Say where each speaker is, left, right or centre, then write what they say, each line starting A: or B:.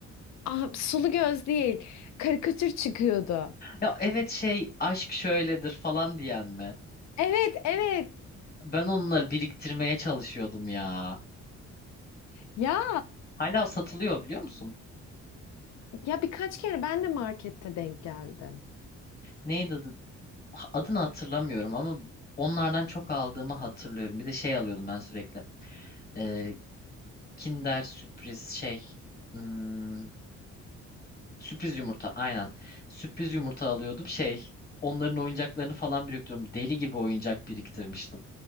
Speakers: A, on the left (about 65°); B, on the left (about 30°).
A: Aa, sulu göz değil. Karikatür çıkıyordu.
B: Ya evet şey aşk şöyledir falan diyen mi?
A: Evet evet.
B: Ben onları biriktirmeye çalışıyordum ya.
A: Ya
B: Hala satılıyor biliyor musun?
A: ya birkaç kere ben de markette denk geldim.
B: Neydi adı? Adını hatırlamıyorum ama onlardan çok aldığımı hatırlıyorum. Bir de şey alıyordum ben sürekli. Ee, Kinder sürpriz şey. Hmm, sürpriz yumurta aynen. Sürpriz yumurta alıyordum şey. Onların oyuncaklarını falan biriktiriyorum. Deli gibi oyuncak biriktirmiştim.